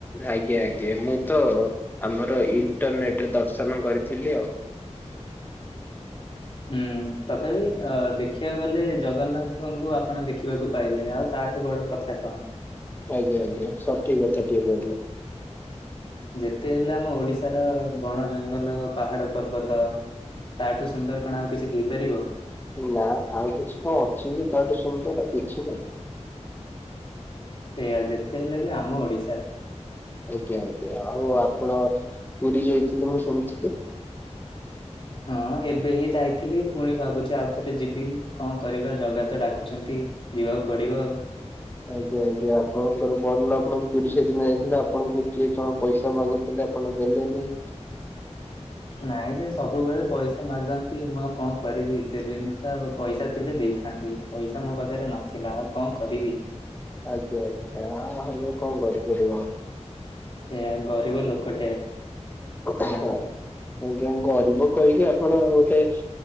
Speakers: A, on the left; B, on the left.
A: ଆଜ୍ଞା ଆଜ୍ଞା ମୁଁ ତ ଆମର ଇଣ୍ଟରନେଟରେ ଦର୍ଶନ କରିଥିଲି ଆଉ।
B: ହୁଁ ତଥାପି ଅ ଦେଖିବାକୁ ଗଲେ ଜଗନ୍ନାଥଙ୍କୁ ଆପଣ ଦେଖିବାକୁ ପାଇଲେ ଆଉ ତାଠୁ ବଡ କଥା କଣ?
A: ଆଜ୍ଞା ଆଜ୍ଞା ସଠିକି କଥା ଟିଏ କହିଲେ।
B: ଯେତେ ହେଲେ ଆମ ଓଡିଶାର ବଣ ଜଙ୍ଗଲ ପାହାଡ ପର୍ବତ। ତାଠୁ ସୁନ୍ଦର କଣ ଆଉ କିଛି ହେଇପାରିବ।
A: ନା ଆଉ କିଛି କଣ ଅଛି କି ତାଠୁ ସୁନ୍ଦର ଆଉ କିଛି ନାହିଁ।
B: ସେଇଆ ଯେତେ ହେଲେ ବି ଆମ ଓଡିଶା।
A: ଆଜ୍ଞା ଆଜ୍ଞା ଆଉ ଆପଣ ପୁରୀ ଯାଇଥିଲେ ମୁଁ ଶୁଣିୁଥିଲି।
B: ହଁ ଏବେ ହିଁ ଯାଇଥିଲି। ପୁଣି ଭାବୁଛି ଆଉଥରେ ଯିବି କଣ କରିବା ଜଗା ତ ଡାକୁଛନ୍ତି। ଯିବାକୁ ପଡିବ।
A: ଆଜ୍ଞା ଆଜ୍ଞା ଆପଣଙ୍କର ଭଲ ଆପଣ ପୁରୀ ସେଦିନ ଯାଇଥିଲେ ଆପଣଙ୍କୁ କିଏ କଣ ପଇସା ମାଗୁ ହେଲେ ଆପଣ ଦେଲେନି।
B: ନାଇଁ ସେ ସବୁବେଳେ ପଇସା ମାଗନ୍ତି। ମୁଁ ଆଉ କଣ କରିବି ଦେଲିନି ତ ଆଉ ପଇସା ଥିଲେ ଦେଇଥା ଥାନ୍ତି ପଇସା ମୋ ପାଖରେ ନଥିଲା ଆଉ କଣ କରିବି।
A: ଆଜ୍ଞା ଆଜ୍ଞା ହଁ କଣ କରିପାରିବ।
B: ସେୟା ଗରିବ ଲୋକଟେ।
A: ହଁ
B: ମୁଁ।
A: ଆଜ୍ଞା ଗରିବ କହିକି ଆପଣ ଗୋଟେ